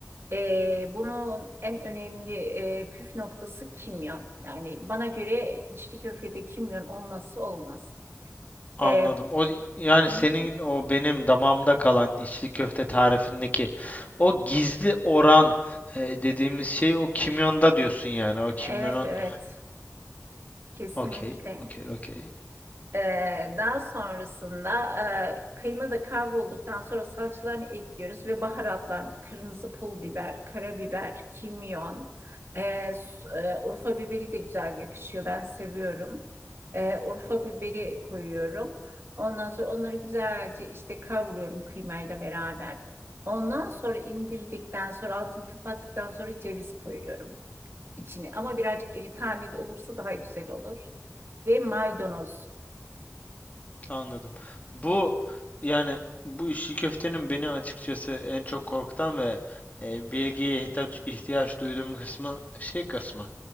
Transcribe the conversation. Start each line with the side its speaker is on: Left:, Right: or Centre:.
Right: Ee, bunun en önemli e, püf noktası kimyon. Yani bana göre içli köftede kimyon olmazsa olmaz.
Left: Anladım.
Right: Ee,
Left: O yani
Right: Hı
Left: senin
Right: hı.
Left: o benim damağımda kalan içli köfte tarifindeki o gizli oran e, dediğimiz şey o kimyonda diyorsun yani. O kimyonun
Right: evet evet kesinlikle.
Left: okey, okey, okey.
Right: Ee, daha sonrasında e, kıyma da kavrulduktan sonra salçalarını ekliyoruz ve baharatlarını kırmızı pul biber, karabiber, kimyon, e, s- e, Urfa biberi de güzel yakışıyor. Ben seviyorum. E, Urfa biberi koyuyorum. Ondan sonra onları güzelce işte kavuruyorum kıymayla beraber. Ondan sonra indirdikten sonra altını kapattıktan sonra ceviz koyuyorum içine. Ama birazcık iri taneli olursa daha güzel olur. Ve maydanoz.
Left: Anladım. Bu yani bu işi köftenin beni açıkçası en çok korkutan ve e, bilgiye ihtiyaç, ihtiyaç duyduğum kısmı şey kısmı.